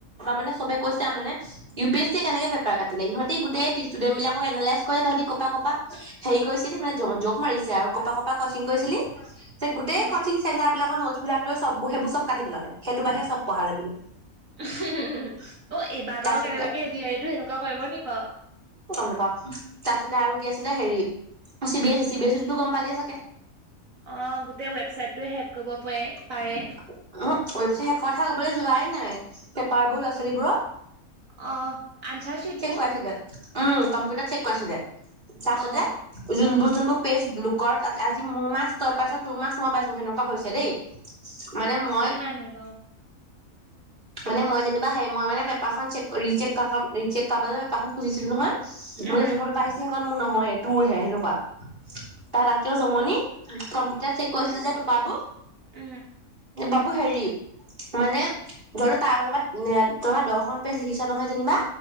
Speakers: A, on the right; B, on the right.
A: মানেব কৈছে মানে ইউ পি এছ ই কেনেকে পেপাৰ কাটিলে ইিহঁতি গোটেই ষ্টুডেন্ট বিলাক এনালাইজ কৰি তহঁতি কপ কপা হেৰি কৰিছিলি মানে জোক মাৰিছে আৰু কপা কপা কচিং কৰিছিলি যে গোটেই
B: উম।
A: কচিং চেণ্টাৰ বিলাক নোছ বিাক লৈ চব সব চব কাটি পেলালে সেইটো বাহিৰে
B: অ'
A: চব পঢ়ালে বোলে
B: এবাৰ
A: তাৰপিছতে
B: বাৰু কেনেবাকে এ দিয় এইটো সেনেকুৱা কৰিব নিক বাৰু?
A: গম নাপাওঁ। তাৰপিছতে আৰু কি আছিলে হেৰি C B S E C B S E তো গম পালিয়ে চাগে?
B: অ' গোটেই ৱেবচাইট হেক কৰিব পাৰে।
A: <unintelligible>
B: পাৰে
A: কথা ক'বলৈ যোৱাই নাই পেপাৰ বোৰ ল'ৰা ছোৱালীবোৰক
B: অ' আনচাৰ শিটবোৰ
A: কৰাইছিলে উম কম্পিউটাৰ চেক। ছিলে তাৰপাছতে
B: অ',
A: যোনবোৰ যোনবোৰ পেজ বুকৰ ত আজি মোৰ মাৰ্ক তই পাইছ ত মাৰ্ক মই পাইছো সেনেকুৱা হৈছে দেই। মানে মই
B: ইমানে বাৰু
A: মানে মই যেনিবা হেৰি মই মানে পেপাৰখন চেক কৰি ৰিচেক পেপাৰখন খুজিছিলো নহয়।
B: উম,
A: মোলৈ জোখ পাৰিছে সেইকন মোৰ নহয় তোৰ হেনেুৱা তাৰ তাতকেও জমনি কম্পিউটাৰ চেক কৰিছিলে যে বাবু
B: উম।
A: বাবু হেৰি মানে ধৰিলো তাৰ মাজ তোমাৰ দহখন পেজ লিখিছ নহয় যেনিবা